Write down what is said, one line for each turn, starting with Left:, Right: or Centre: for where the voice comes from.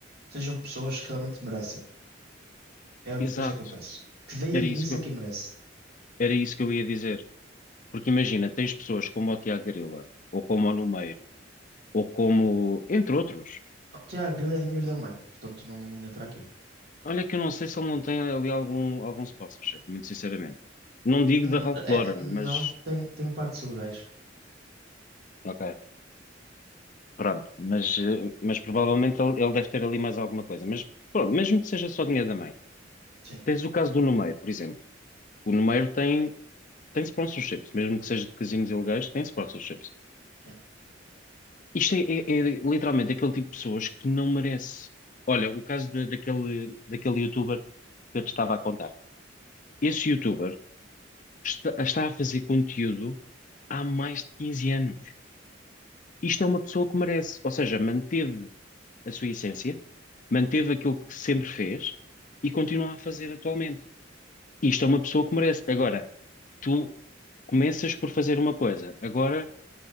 Right: sejam pessoas que realmente merecem. É a única
Left: exato,
Right: coisa que eu penso. Que deem
Left: era isso
Right: isso
Left: que eu,
Right: a quem merece.
Left: era isso que eu ia dizer. Porque imagina, tens pessoas como o Tiago Grila, ou como o Numeiro, ou como, entre outros.
Right: Oh, Tiago, Grilo é dinheiro da mãe, portanto não, não entra aqui.
Left: Olha que eu não sei se ele não tem ali algum, algum sponsorship, muito sinceramente. Não digo
Right: N-
Left: da Ralph
Right: é-
Left: Lauren,
Right: é- não,
Left: mas,
Right: tem, tem partes ilegais.
Left: ok, pronto. Mas, eh, mas provavelmente ele, ele deve ter ali mais alguma coisa. Mas pronto, mesmo que seja só dinheiro da mãe.
Right: Sim,
Left: Tens o caso do Numeiro, por exemplo. O Numeiro tem Tem sponsorships, mesmo que seja de casinos ilegais, tem sponsorships.
Right: sim,
Left: Isto é, é- é literalmente aquele tipo de pessoas que não merece. Olha, o caso da- daquele, daquele youtuber que eu te estava a contar. Esse youtuber está, está a fazer conteúdo há mais de 15 anos. Isto é uma pessoa que merece, ou seja, manteve a sua essência, manteve aquilo que sempre fez e continua a fazer atualmente. Isto é uma pessoa que merece. Agora, tu começas por fazer uma coisa, agora